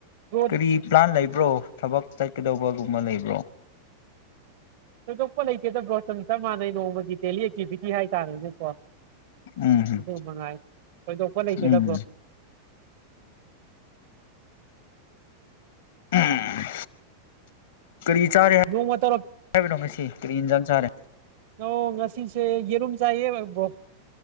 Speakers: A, on the right; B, on the left.
A: ꯕ꯭ꯔꯣ
B: ꯀꯔꯤ ꯄ꯭ꯂꯥꯟ ꯂꯩꯥꯕ ꯕ꯭ꯔꯣ ꯊꯕꯛ ꯆꯠꯀꯗꯧꯕꯒꯨꯝꯕ ꯂꯩꯕ꯭ꯔꯣ
A: ꯊꯣꯏꯗꯣꯛꯄ ꯂꯩꯇꯦꯗꯥ ꯕꯔꯣ ꯆꯥꯞ ꯃꯅꯩ ꯅꯣꯡꯃꯒꯤ ꯗꯦꯜꯂꯤ ꯑꯦꯛꯇꯤꯚꯤꯇꯤ ꯍꯥꯏꯇꯥꯔꯦꯅꯦꯀꯣ ꯑꯗꯨ
B: ꯎꯝ
A: ꯃꯉꯥꯏ ꯊꯣꯏꯗꯣꯛꯄ ꯂꯩꯇꯦꯗ
B: ꯎꯝ
A: ꯕ꯭ꯔꯣ
B: ꯎꯝ꯫ ꯀꯔꯤ ꯆꯥꯔꯦ
A: ꯅꯣꯡꯃ ꯇꯧꯔꯛ
B: ꯍꯥꯏꯕꯅꯣ ꯉꯁꯤ ꯀꯔꯤ ꯌꯦꯟꯖꯥꯡ ꯆꯥꯔꯦ
A: ꯑꯣ ꯉꯁꯤꯁꯦ ꯌꯦꯔꯨꯝ꯫ ꯆꯥꯏꯌꯦ ꯌꯦ ꯕ꯭ꯔꯣ꯫